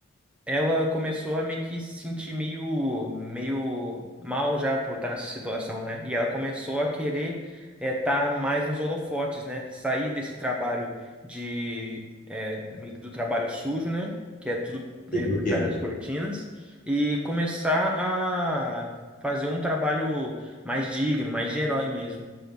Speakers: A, in the centre; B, on the left.
A: ela começou a meio que se sentir meio, meio mal já por estar nessa situação, né? E ela começou a querer estar mais nos holofotes, né? Sair desse trabalho de é, meio que do trabalho sujo, né? Que é tudo é,
B: sei como
A: por
B: é que
A: trás
B: é.
A: das cortinas e começar a fazer um trabalho mais digno, mais de herói mesmo.